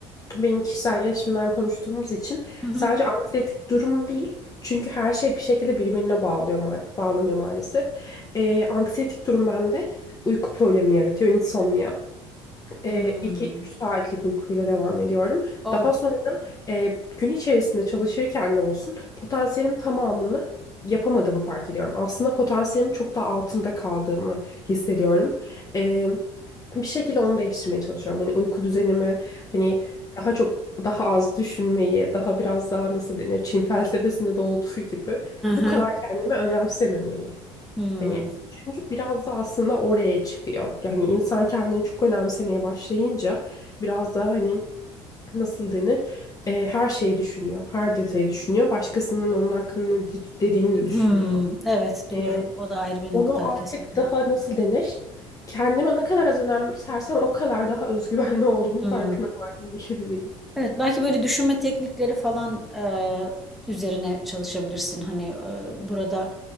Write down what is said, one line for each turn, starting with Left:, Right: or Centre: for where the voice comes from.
Left: benim kişisel gelişimden konuştuğumuz için
Centre: Hı
Left: sadece anksiyetik durum değil. Çünkü her şey bir şekilde birbirine bağlıyor, ma- bağlanıyor maalesef. Ee, anksiyetik durum bende uyku problemi yaratıyor, insomnia e,
Centre: Hmm.
Left: üç 3 saatlik uykuyla devam ediyorum.
Centre: Oh.
Left: Daha sonra e, gün içerisinde çalışırken de olsun potansiyelim tamamını yapamadığımı fark ediyorum. Aslında potansiyelimin çok da altında kaldığımı hissediyorum. E, bir şekilde onu değiştirmeye çalışıyorum. Hani uyku düzenimi hani daha çok daha az düşünmeyi, daha biraz daha nasıl denir Çin felsefesinde de olduğu gibi bu
Centre: <laughs>
Left: kadar kendimi önemsememeyi.
Centre: Hmm.
Left: Hani çünkü biraz da aslında oraya çıkıyor. Yani insan kendini çok önemsemeye başlayınca biraz da hani nasıl denir? E, her şeyi düşünüyor. Her detayı düşünüyor. Başkasının onun hakkında ne de- dediğini de
Centre: Hmm
Left: düşünüyor.
Centre: Evet, doğru.
Left: E,
Centre: O da ayrı bir
Left: onu
Centre: nokta
Left: artık
Centre: kesinlikle.
Left: daha nasıl denir? Kendime ne kadar az önemsersem o kadar daha <laughs> özgüvenli olduğumu
Centre: Hmm
Left: farkına vardım diyebiliriz.
Centre: Evet, belki böyle düşünme teknikleri falan, eee, üzerine çalışabilirsin. Hani, eee, burada